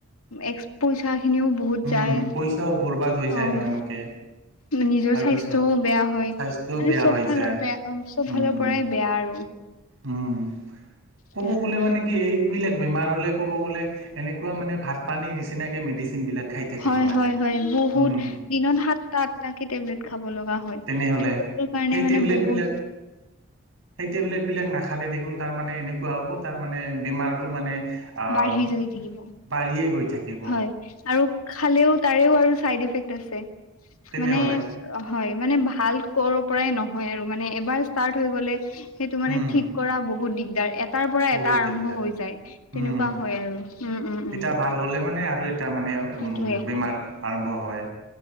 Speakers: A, on the left; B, on the right.
A: এক্স পইচা খিনিও বহুত
B: উম
A: যায়,
B: পইচাও বৰবাদ হৈ যায়
A: অহ
B: ন এনেকে
A: নিজৰ
B: তাৰপিছত
A: স্বাস্থ্যও বেয়া হয়।
B: স্বাস্থ্যও
A: মানে
B: বেয়া
A: চব
B: হৈ
A: ফালৰ
B: যায়
A: বেয়া চব
B: উম
A: ফালৰ পৰাই বেয়া আৰু।
B: উম ক'ব
A: তেনেকুৱা
B: গ'লে মানে কি এইবিলাক বেমাৰ হ'লে ক'ব গ'লে এনেকুৱা মানে ভাত পানী নিচিনাকে মেডিচিন বিলাক খাই থাকিব
A: হয়
B: লাগে
A: হয় হয় বহুত
B: উম
A: দিনত সাতটা আঠটাকে টেবলেট খাব লগা হয়।
B: তেনেহ'লে
A: সেইটো কাৰণে
B: সেই টেবলেট
A: মানে বহুত
B: বিলাক সেই টেবলেট বিলাক নাখালে দেখোন তাৰ মানে এনেকুৱা হ'ব তাৰ মানে বেমাৰটো মানে আহ
A: বাঢ়ি যায় থাকিব
B: বাঢ়িয়ে গৈ থাকিব।
A: হয় আৰু খালেও তাৰেও আৰু চাইড ইফেক্ট আছে
B: তেনেহ'লে
A: মানে হয় মানে ভাল কৰ পৰাই নহয় আৰু মানে এবাৰ ষ্টাৰ্ট হৈ গলে সেইটো মানে
B: উম
A: ঠিক কৰা বহুত দিগদাৰ এটাৰ পৰা
B: বহুত
A: এটা আৰম্ভ
B: দিগদাৰ
A: হৈ যায়। তেনেকুৱা
B: উম
A: হয় আৰু উম উম
B: এটা ভাল হ'লে মানে আৰু এটা মানে
A: সেইটোৱে।
B: বেমাৰ আৰম্ভ হয়